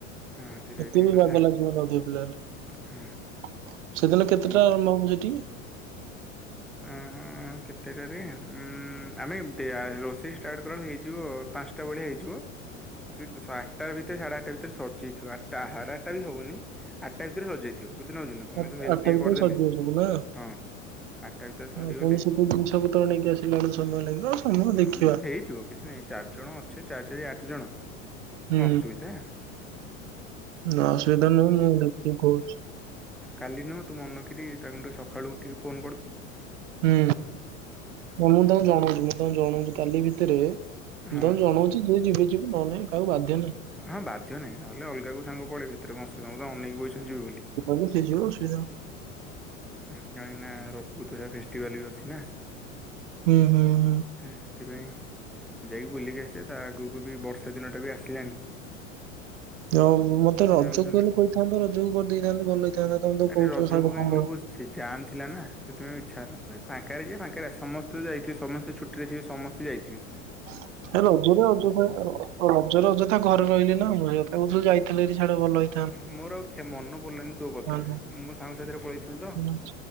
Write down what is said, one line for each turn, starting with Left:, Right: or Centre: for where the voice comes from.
Centre: ହଁ ସେଇଟା
Right: ଏତେବି
Centre: ବି ଠିକ କଥା
Right: ବାଗ ଲାଗିବନି ଅଧିକ ପିଲାହେଲେ।
Centre: ହଁ
Right: ସେଦିନ କେତେଟାରେ
Centre: ତୁ
Right: ନବୁ ସେଠିକି?
Centre: ଉଁ ହୁଁ। ହଁ କେତେଟାରେ ଉଁ ଆମେ ଦେ ଆ ରୋଷେଇ ଷ୍ଟାର୍ଟ କଲା ଅଳୁ ହେଇଯିବ ପାଂଶଟା ଭଳିଆ ହେଇଯିବ। ସେ ଆଠଟା ଭିତରେ ସାଢ଼େ ଆଠଟା ଭିତରେ ସରିଯାଇଥିବ ଆଠଟା ସାଢ଼େ ଆଠଟା ବି ହବନି ଆ ଟାଇପିରେ ସରିଯାଇଥିବ ମତେ ନାଗୁଚି ନା ତମେ
Right: ଆ-
Centre: ସବୁ ହେଲ୍ପ
Right: ଆଠଟା
Centre: ଟିକେ
Right: ଭିତରେ
Centre: କରିଦେଲେ
Right: ସରିଯିବ ସବୁ ନା
Centre: ହଁ। ଆଟା ଭିତରେ ସରିଗଲେ
Right: ଆଉ ପୁଣି ସେଠୁ ଜିନିଷ ପତ୍ର ନେଇକି ଆସିଲା ବେଳକୁ ସମୟ ଲାଗିବ ଆଉ ସମୟ ଦେଖିବା।
Centre: ଅଁ ହେଇଥିବ। କିଛି ନାଇଁ ଚାରି ଜଣ ଅଛେ ଚାରି ଚାରି ଆଠ ଜଣ
Right: ହୁଁ
Centre: ଅଁସୁବିଧା?
Right: ନାଁ ଅସୁବିଧା ନୁହଁ ମୁଁ ଦେଖିକି କହୁଚି।
Centre: କାଲି ନୁହଁ ତୁ ମନକିରି ତାଙ୍କୁଠୁ ସଖାଳୁ ଉଠି ଫୋ
Right: ହୁଁ। ବ ମୁଁ ତାଙ୍କୁ ଜଣଉଚି ମୁଁ ତାଙ୍କୁ ଜଣଉଚି କାଲି ଭିତରେ ମୁଁ
Centre: ହଁ
Right: ତାଙ୍କୁ ଜଣଉଚି ଯିଏ ଯିବେ ଯିବେ ନହଲେ ନାଇଁ। କହାକୁ ବାଧ୍ୟ ନାହିଁ।
Centre: ହଁ ବାଧ୍ୟ ନାହିଁ ନହେଲେ ଅଲଗା କୋଉ ସାଙ୍ଗ ପଳେଇବେ ହେଥିରେ କଁ ଅସୁ ସମତେ ଅନେକକି ବଇଛନ୍ତି ଯିବେ ବୋଲି।
Right: ଅଁ ଯେ ଯିବ ସିଏ ଯାଉ।
Centre: ହଁ କାଇଁକି ନାଁ ରପୁ ତୁ ଯା ଫେଷ୍ଟିଭାଲ ବି ଅଛି ନା।
Right: ଉଁ ହୁଁ ହୁଁ।
Centre: ହଁ ସେଥିପାଇଁ ଯାଇକି ବୁଲିକି ଆସିବେ ତା ଆଗୁକୁ ବି ବର୍ଷା ଦିନଟା ବି ଆସିଲାଣି।
Right: ଯା ହୋଉ ମତେ ରଜକୁ
Centre: ଯାଉଛୁ ନା
Right: ହେଲେ କହିଥାନ୍ତ ରଜକୁ କରିଦେଇଥାନ୍ତେ ଭଲ ହେଇଥାନ୍ତା ତମେ ତ
Centre: ଆରେ
Right: କହୁଚ
Centre: ରଜକୁ
Right: ସାଙ୍ଗ
Centre: କାହିଁ
Right: ସାଙ୍ଗ।
Centre: କହିଲୁ ବହୁତ ସେ ଜାମ୍ ଥିଲା ନାଁ ସେଥିପାଇଁ ଆଉ ଇଚ୍ଛା ହଉନଥିଲା ଫାଙ୍କରେ ଯିବା ଫାଙ୍କରେ ଆ ସମସ୍ତେ ଯାଇଥିବେ ସମସ୍ତେ ଛୁ ଟିରେଥିବେ ସମସ୍ତେ ଯାଇଥିବେ‌।
Right: ହ <unintelligible> ଡେ ରଜରେ ଅଯଥା ର ରଜରେ ଅଯଥା ଘରେ ରହିଲି ନା ମୁଁ ସେଇଥିପାଇଁ କୋହୁଥିଲି ଯାଇଥିଲେ ହାରି ସିଆଡେ ଭଲ ହେଇ
Centre: ଓହୋ ମୋର ଆଉ ଖେ ମନ ପଡ଼ିଲାନି ତୋ କ ତା
Right: ଆସିଥାନ୍ତେ।
Centre: ମୋ ସାଙ୍ଗ ସାଥିରେ ପଳେଇଥିଲି ତ
Right: ହୁଁ,